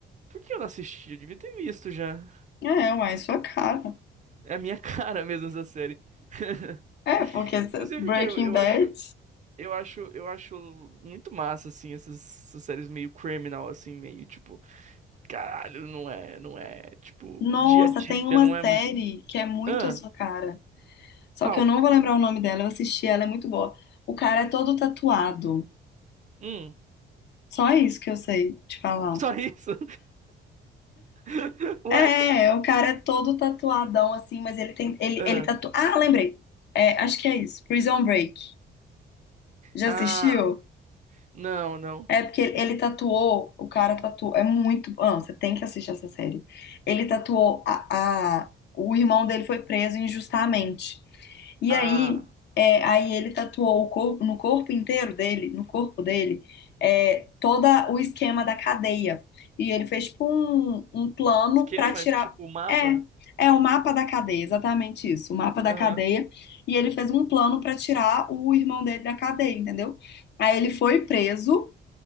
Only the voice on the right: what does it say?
Por que eu não assisti? Eu devia ter visto já.
É a minha <laughs> cara mesmo essa série. <laughs>
Não sei
por quê, eu eu
acho, eu acho, eu acho muito massa assim essas, essas séries meio criminal assim, meio tipo, caralho, não é, não é, tipo,
dia a dia
não é
muito.
Ah,
qual?
Hum,
só isso? <laughs>
Ué?
Ah,
ah,
não, não.
Ah,
esquema,
tipo, mapa.
Aham.